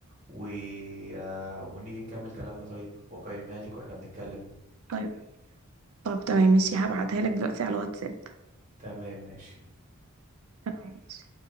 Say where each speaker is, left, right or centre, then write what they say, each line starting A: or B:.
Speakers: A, on the right; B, on the right.
A: و... آه، ونيجي نكمل كلامنا طيب وأقيمها لك واحنا بنتكلم
B: طيب طب تمام ماشي هبعتها لك دلوقتي على واتساب
A: تمام ماشي
B: تمام ماشي.